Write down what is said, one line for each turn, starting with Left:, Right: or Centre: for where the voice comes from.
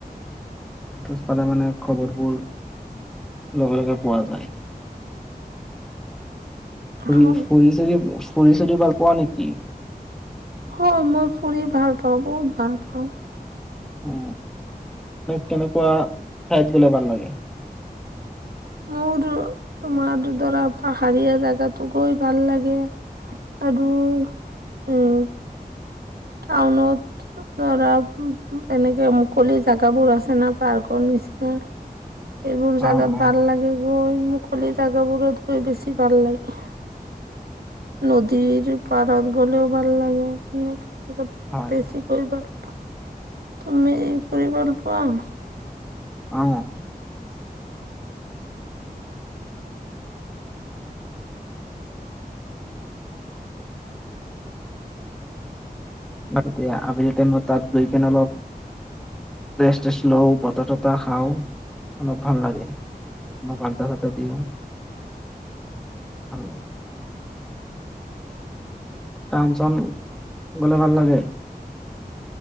Centre: োজ পালে মানে খবৰবোৰ লগে লগে পোৱা যায় ফৰি
Right: হয়
Centre: ফৰি চৰি ফৰি চৰি ভাল কোৱা নেকি
Right: হয় মই ফুৰি ভাল পাওঁ বহুত ভাল পাওঁ
Centre: উ কেনেকুৱা খাদ লে ভমান লাগে
Right: মোৰ তোমাৰ ধৰা পাহাৰীয়া জোগাতটো গৈ ভাল লাগে আৰু উম টাউনত ধৰা এনেকে মুকলি জোগাবোৰ আছে না পাৰ্কৰ নিচিনা ইোৰ চাগান
Centre: অ অ
Right: তাৰ লাগে গৈ মুকলি জাগাবোৰত গৈ বেছি ভাল লাগে নদীৰ পাৰত গলেও ভাল লাগে বেছিিকৈাৰ
Centre: হয়
Right: তুমি ফুুৰ
Centre: হয়
Right: ভাল পোৱাাম
Centre: অ এতিয়া আবেলি টাইমত তাত গৈ কেনে অলপ ৰেষ্টষ্ট লও বতাহ তত খাওঁ অলপ ভাল লাগে আ্দা থাক দিওঁ ভাল লাগে ান চন গলে ভাল লাগে